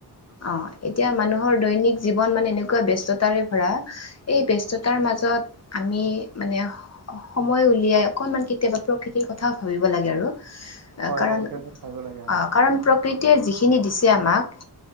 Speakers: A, on the left; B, on the right.
A: অ এতিয়া মানুহৰ দৈনিক জীৱন মানে এনেকুৱা ব্যস্ততাৰে ভৰা এই ব্যস্ততাৰ মাজত আমি মানে সময় উলিয়াই অকনমান কেতিয়াবা প্ৰকৃতিৰ কথাও ভাবিব লাগে আৰু।
B: হয়
A: কাৰণ
B: প্ৰকৃতিৰ
A: অ
B: কথা ভাবিব লাগে হয়
A: কাৰণ প্ৰকৃতিয়ে যিখিনি দিছে আমাক